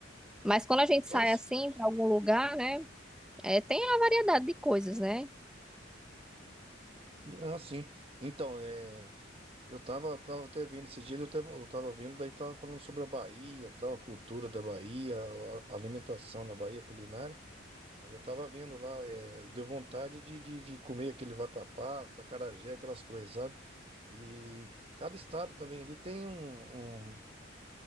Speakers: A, in the centre; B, on the right (about 30°).
A: Mas quando a gente
B: É,
A: sai
B: s-
A: assim para algum lugar, né? É, tem a variedade de coisas, né?
B: e- ah, sim. Então, é, eu tava, tava até vendo esses dias, eu tava, eu tava vendo, daí tava falando sobre a Bahia, tal, a cultura da Bahia, a a alimentação na Bahia, culinária. Aí eu tava vendo lá, é, deu vontade de, de, de comer aquele vatapá, acarajé, aquelas coisas, sabe? E cada estado também, ele tem um, um,